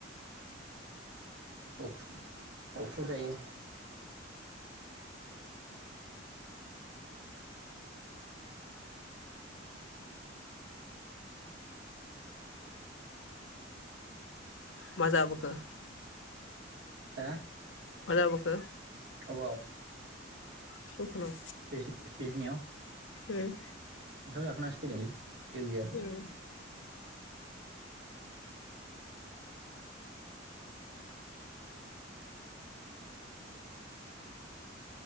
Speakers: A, on the right; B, on the left.
A: अख्रु अख्रुबजायो
B: मा जाबोखो
A: हो
B: मा जाबोखो
A: अबाव
B: दखानाव
A: बिजनि बिजनियाव
B: उम
A: ओंखाम जाखोनासो फैदोंलै जेबो जायाखै
B: उम